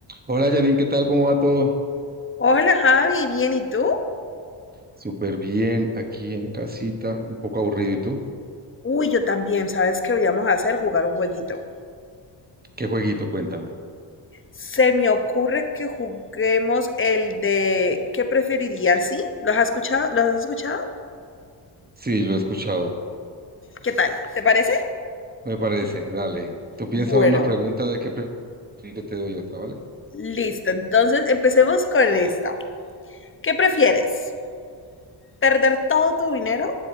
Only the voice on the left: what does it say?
Hola Javi, bien, ¿y tú?
Uy, yo también, ¿sabes qué deberíamos hacer? Jugar un jueguito.
Se me ocurre que juguemos el de ¿qué preferirías? ¿Sí? ¿Los has escuchado? ¿Los has escuchado?
¿Qué tal? ¿Te parece?
Bueno,
listo. Entonces empecemos con esta. ¿Qué prefieres? ¿Perder todo tu dinero